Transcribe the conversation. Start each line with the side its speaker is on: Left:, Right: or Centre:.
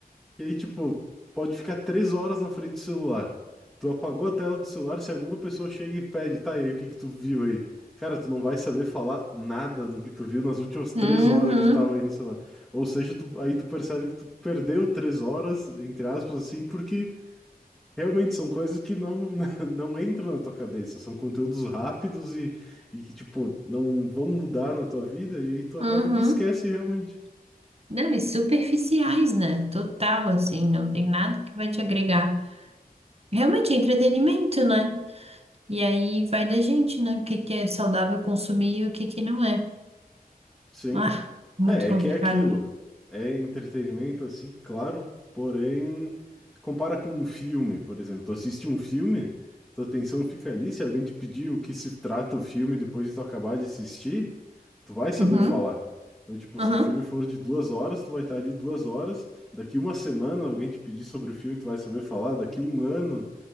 Centre: e aí, tipo, pode ficar três horas na frente do celular. Tu apagou a tela do celular, se alguma pessoa chega e pede, tá, aí, o que que tu viu aí? Cara, tu não vai saber falar nada do que tu viu nas últimas três
Right: Uhum.
Centre: horas que tu tava aí no celular. Ou seja, tu- aí tu percebe que tu perdeu três horas, entre aspas, assim, porque Realmente são coisas que não, <laughs> não entram na tua cabeça, são conteúdos rápidos e, e que, tipo, não vão mudar na tua vida, e aí tu acaba
Right: Uhum.
Centre: que esquece realmente.
Right: Não, e superficiais, né? Total, assim, não tem nada que vai te agregar. Realmente é entretenimento, né? E aí vai da gente, né? O que que é saudável consumir e o que que não é.
Centre: Sim.
Right: Ah, muito
Centre: É, é
Right: complicado.
Centre: que é aquilo. É entretenimento, assim, claro, porém, compara com um filme, por exemplo. Tu assiste um filme, tua atenção fica ali. Se alguém te pedir o que se trata o filme depois de tu acabar de assistir, tu vai saber
Right: Uhum.
Centre: falar. Então, tipo,
Right: Uhum.
Centre: se o filme for de duas horas, tu vai estar ali duas horas. Daqui uma semana, alguém te pedir sobre o filme, tu vai saber falar. Daqui um ano,